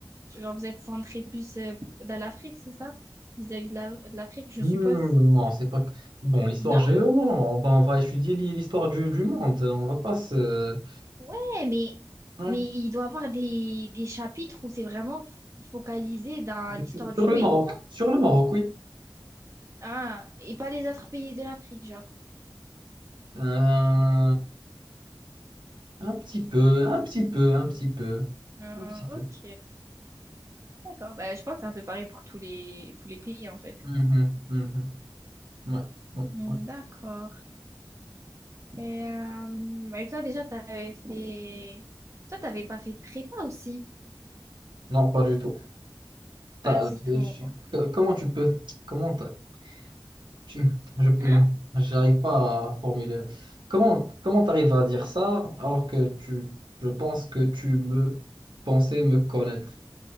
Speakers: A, on the right; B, on the right.
A: genre vous êtes centré plus euh, dans l'Afrique, c'est ça? Vis-à-vis de la- de l'Afrique, je
B: Hmm,
A: suppose.
B: non, c'est pas. Bon, l'histoire
A: Non?
B: géo, non, non, ben, on va étudier l'hi- l'histoire du, du monde. On va pas se.
A: Ouais, mais,
B: Ouais.
A: mais il doit y avoir des, des chapitres où c'est vraiment f- focalisé dans
B: Je vais
A: l'histoire
B: Sur
A: du
B: sur
A: pays,
B: le Maroc,
A: non?
B: sur le Maroc, oui.
A: Ah, et pas les autres pays de l'Afrique, genre.
B: Euh, un petit peu, un petit peu, un petit peu,
A: Ah,
B: un petit peu.
A: ok, d'accord. Bah, je pense que c'est un peu pareil pour tous les, tous les pays, en fait.
B: Mhm, mhm. Ouais, ouais,
A: Hmm,
B: ouais.
A: D'accord. Et, euh, et toi, déjà, t'avais fait... Toi, t'avais pas fait de prépa aussi?
B: Non, pas du tout. T'as-
A: Pas du
B: euh,
A: tout.
B: je suis- co- comment tu peux, comment t'as- tu- je, non,
A: Hein
B: j'arrive pas à formuler. Comment, comment t'arrives à dire ça alors que tu, je pense que tu me pensais me connaître.